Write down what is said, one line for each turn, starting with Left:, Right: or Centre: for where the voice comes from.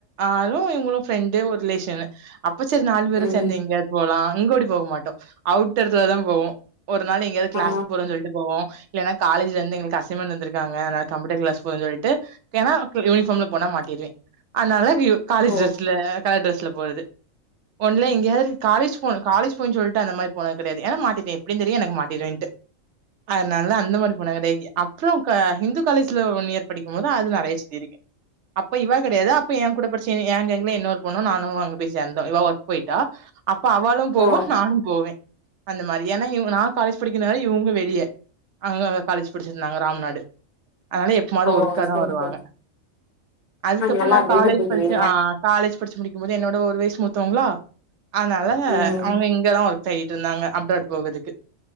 Right: ஆளும் இவங்களும் ஃப்ரெண்டு ஒரு ரிலேஷன் இப்ப சரி நாலு பேரும்
Left: ம்.
Right: சேந்து எங்கயாவது போலாம் இங்கோடி போக மாட்டோம் அவுட்டர்லதான் போவோம் ஒரு நாள் எங்காவது கிளாஸ்க்கு
Left: ஆ.
Right: போறோன்னு சொல்லிட்டு போவோம் இல்ன்னா காலேஜ்ல இருந்து எங்களுக்கு அசைமெண்ட் தந்திருக்காங்க அதனால கம்யூட்டர் கிளாஸ் போற சொல்லிட்டு ஏன்னா யூனிஃபார்ம்ல போனா மாட்டிருவேன் அதனால காலேஜ்டிரஸ்ல
Left: ஓ!
Right: கலர் டிரெஸ் பஸ்ல போறது ஒன்னு எங்கயாவது காலேஜ் போனு காலேஜ் போற சொல்லிட்டு அந்த மாரி போனது கிடையாது ஏன்னா மாட்டிப்பேன் தெரியும் அதுனால அந்த மாதிரின போனது கிடையாது அப்புறம் இந்து காலேஜ்ல ஒன் இயர் படிக்கும் போது அது நெறைய இருக்கு அப்ப இவா கிடையாது கூடப்படிச்சங்க ஏ கேங்குல இன்னொரு பொண்ணும் நானும் அங்க போய் சேந்தோம் இவ ஒர்க் போயிட்டா அப்ப அவளும் போவோம்
Left: ஓ!
Right: நானும் போவேன் அந்த மாறி ஏன்னா இவ நா காலேஜ் படிக்கர்ணால இவுங்க வெளிய அவுங்கங்க காலேஜ் படிச்சிருந்தாங்க ராம் நாடு அதனால எப்போவமாது
Left: ஓ!
Right: ஒருக்கா
Left: சரி,
Right: தான் வருவாங்க
Left: சரி.
Right: அதுக்கப்புறம்
Left: அ நல்லா
Right: நான்
Left: அப்டியே
Right: காலேஜ்
Left: சுத்திக்குவீங்க.
Right: படிச்சு ஆ காலேஜ் படிச்சு முடிக்கு போது என்னோட ஒரு வைசு மூத்த ங்களா அதனால
Left: ம்.
Right: அவங்க இங்கதான் ஓர் தேடிட்டிருந்தாங்க அப்ராட் போகற்துக்கு